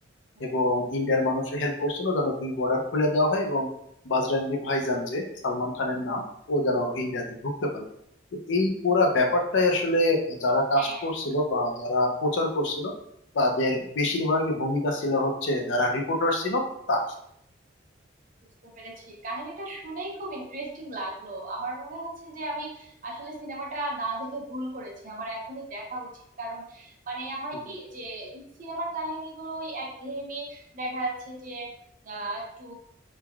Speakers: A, on the right; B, on the left.
A: হ্যাঁ
B: এবং ইন্ডিয়ার মানুষ হেল্প করছিল যেন দুই বর্ডার খুলে দেওয়া হয় এবং বাজরাঙ্গি ভাইজান যে সালমান খানের নাম ও যেন ইন্ডিয়াতে ঢুকতে পারে তো এই পুরা ব্যাপারটাই আসলে যারা কাস্ট
A: হ্যাঁ
B: করছিল বা যারা প্রচার করছিল তাদের বেশিরভাগই ভূমিকা ছিল হচ্ছে যারা রিপোর্টার ছিল তার
A: বুঝতে পেরেছি কাহিনীটা শুনেই খুব ইন্টারেস্টিং লাগলো আমার মনে হচ্ছে যে আমি আসলে সিনেমাটা না দেখে ভুল করেছি আমার এখনই দেখা উচিত কারণ মানে হয়
B: হুম।
A: কি যে সিনেমার কাহিনীগুলো ওই একঘেয়েমি দেখা যাচ্ছে যে আহ, একটু